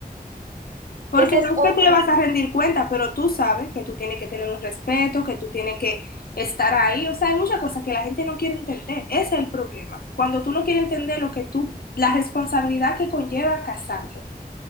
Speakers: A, on the left; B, on the right.
A: Porque
B: que ese
A: no
B: es
A: es
B: otro,
A: que tú le vas a rendir cuenta, pero tú sabes que tú tienes que tener un respeto, que tú tienes que estar ahí. O sea, hay muchas cosas que la gente no quiere entender. Ese es el problema. Cuando tú no quieres entender lo que tú, la responsabilidad que conlleva casarte.